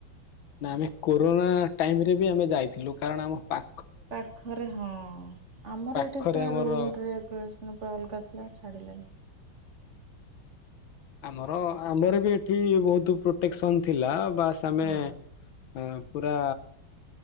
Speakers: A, on the left; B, on the right.
A: ନା ଆମେ କୋରୋନା ଟାଇମରେ ବି ଆମେ ଯାଇଥିଲୁ କାରଣ ଆମ ପା
B: ପାଖରେ ହଁ ଆମର
A: ପାଖରେ
B: ଏଠି ପୁରା
A: ଆମର
B: ରୁଲ୍ ରେଗୁଲସନ୍ ପୁରା ଅଲଗା ଥିଲା ଛାଡ଼ିଲେନି।
A: ଆମର ଆମର ବି ଏଠି ବହୁତୁ ପ୍ରୋଟେକ୍ସନ୍ ଥିଲା ବାସ୍ ଆମେ
B: ହଁ
A: ଉ ପୁରା